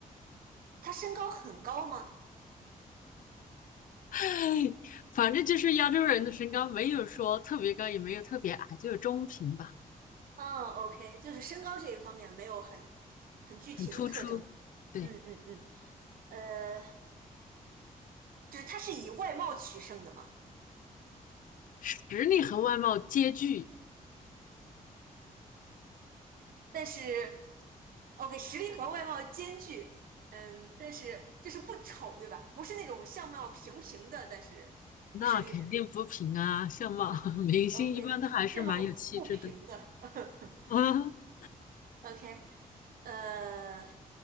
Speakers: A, on the right (about 80°); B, on the left (about 65°).
A: 他身高很高吗？
B: <laughs> 反正就是亚洲人的身高没有说特别高，也没有特别矮，就是中平吧，
A: 嗯，OK，就是身高这一方面没有很很具体的特征。
B: 很突出。对，
A: 嗯嗯嗯，呃，就是他是以外貌取胜的吗？
B: 实力和外貌皆具，
A: 但是，OK，实力和外貌兼具，嗯，但是就是不丑，对吧？不是那种相貌平平的，但是实力
B: 那肯定不平啊，相貌
A: 啊，OK，
B: <laughs> 明星一般都还是蛮有气质的。
A: 相貌不平的 <laughs>
B: <laughs>
A: ，OK，呃，